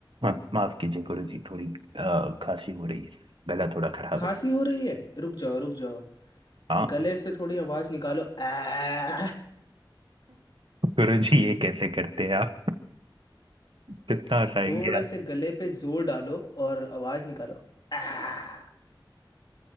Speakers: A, on the right; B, on the left.
A: <coughs> माफ कीजिए गुरु जी थोड़ी अ, खांसी हो रही है गला थोड़ा खराब
B: खांसी
A: है
B: हो रही है रुक जाओ रुक जाओ
A: हाँ,
B: गले से थोड़ी आवाज निकालो आ
A: गुरु जी ये कैसे करते हैं आप कितना हंसाएंगे
B: थोड़े
A: आप
B: से गले पे जोर डालो और आवाज निकालो आ